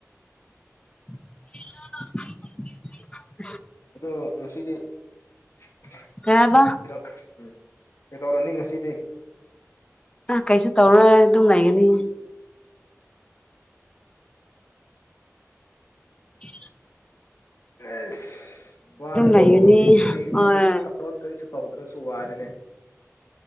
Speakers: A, on the left (about 20°); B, on the left (about 65°).
A: <unintelligible>
B: ꯑꯣ ꯉꯁꯤꯗꯤꯗꯣ
A: ꯀꯩ ꯍꯥꯏꯕ
B: ꯎ ꯀꯩꯗꯧꯔꯅꯤ ꯉꯁꯤꯗꯤ
A: ꯑ ꯀꯩꯁꯨ ꯇꯧꯔꯣꯏ ꯑꯗꯨꯝ ꯂꯩꯒꯅꯤ ꯎ
B: ꯑꯦꯁ ꯋꯥꯔꯦꯀꯣ
A: ꯂꯩꯒꯅꯤ
B: ꯀꯔꯤ
A: ꯍꯣꯏ
B: ꯊꯕꯛ ꯊꯕꯛ ꯀꯔꯤꯁꯨ ꯇꯧꯗ꯭ꯔꯁꯨ ꯆꯨꯋꯥꯔꯤꯅꯦ